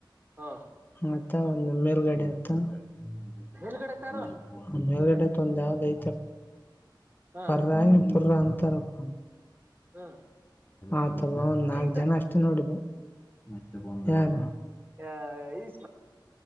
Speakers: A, on the right; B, on the left.
A: ಹಾ
B: ಮತ್ತ ಒಂದು ಮೇಲ್ಗಡೆ ಆತ್ತ <unintelligible>
A: ಮೇಲ್ಗಡೆ ತಾರು
B: ಮೇಲ್ಗಡೆ <unintelligible> ತಂದತಪ್ಪ
A: ಹಾ
B: ಪರ್ರ ಪುರ್ರ ಅಂತಾರಪ್ಪ ಅ <unintelligible>
A: ಹಾ
B: ಆತಬ ಒಂದ್ ನಾಲ್
A: ಈತ
B: ಜನ ಅಷ್ಟೇ ನೋಡಿದ <unintelligible> ಯಾರ
A: ಹ ಈ <unintelligible>